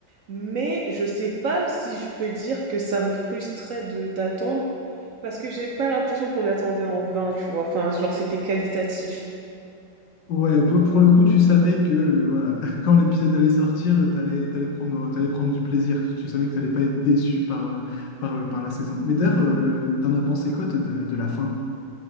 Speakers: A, on the right; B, on the left.
A: mais je sais pas si je peux dire que ça me frustrait de d'attendre, parce que j'ai pas l'impression qu'on attendait en vain, tu vois? Enfin, genre, c'était qualitatif.
B: Ouais, pour, pour le coup, tu savais que euh, voilà, <laughs> quand l'épisode allait sortir, euh, t'allais, t'allais prendre, t'allais prendre du plaisir. Tu savais que t'allais pas être déçu par, euh, par, euh, par la saison. Mais d'ailleurs, euh, t'en as pensé quoi, toi, de, de la fin?